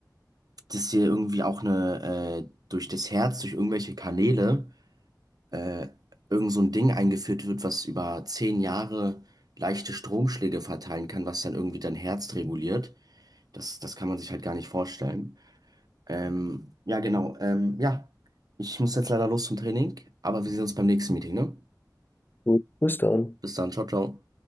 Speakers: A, on the right (about 60°); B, on the left (about 30°).
A: dass hier irgendwie auch eine, äh, durch das Herz, durch irgendwelche Kanäle, äh, irgend so ein Ding eingeführt wird, was über zehn Jahre leichte Stromschläge verteilen kann, was dann irgendwie dein Herz reguliert. Das, das kann man sich halt gar nicht vorstellen. Ähm, ja, genau. Ähm, ja, ich muss jetzt leider los zum Training, aber wir sehen uns beim nächsten Meeting, ne?
B: Gut, bis dann.
A: Bis dann, ciao, ciao.